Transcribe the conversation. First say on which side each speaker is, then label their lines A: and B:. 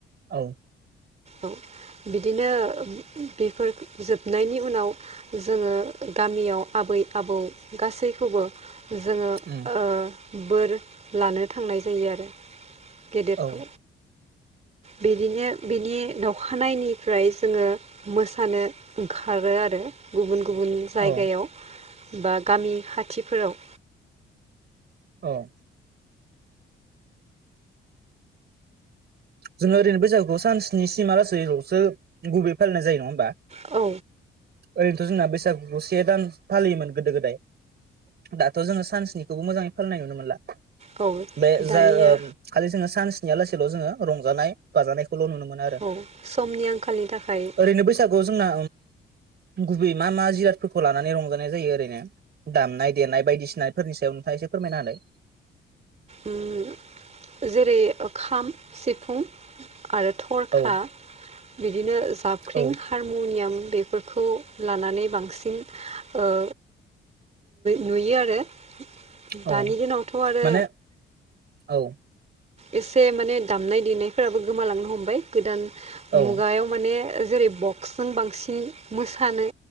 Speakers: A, on the right (about 55°); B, on the right (about 35°).
A: औ
B: औ बिदिनो बेफोर जोबनायनि उनाव जोङो गामियाव आबै आबौ गासैखौबो जोङो
A: उम
B: ओ बोर लानो थांनाय जायो आरो। गेदेरखौ
A: औ
B: बिदिनो बिनि दावखानायनिफ्राय जोङो मोसानो ओंखारो आरो गुबुन गुबुन जायगायाव।
A: औ
B: बा गामि खाथिफोराव।
A: औ जोङो ओरैनो बैसागुखौ सानस्नि सिमा लासैलसो गुबैयै फालिनाय जायो नङा होमबा।
B: औ
A: ओरैनोथ जोंना बैसागुखौ से दान फालियोमोन गोदो गोदाय। दाथ जोङो सान्सनिखौबो मोजाङै फालिनाय नुनो मोनला
B: औ
A: बे
B: दानिया
A: जा ओ खालि जोङो सानसेनिया लासेैल जोङो रंजानाय बाजानायखौल नुनो मोनो आरो।
B: औ समनि आंखालनि थाखाय
A: ओरैनो बैसागुआव जोंना गुबै मा मा जिरादफोरखौ लानानै रंजानाय जायो ओरैनो दामनाय देनाय बायदिसिनाफोरनि सायाव नोंथाङा एसे फोरमायना हालाय।
B: उम जेरै खाम, सिफुं, आरो थरखा।
A: औ
B: बिदिनो जाबख्रिं
A: औ
B: हारमुनियाम बेफोरखौ लानानै बांसिन ओ नुयो आरो।
A: औ
B: दानि दिनावथ' आरो
A: माने औ
B: एसे माने दामनाय देनायफोराबो गोमालांनो हमबाय गोदान
A: औ
B: मुगायाव। माने जेरै बक्सजों बांसिन मोसानो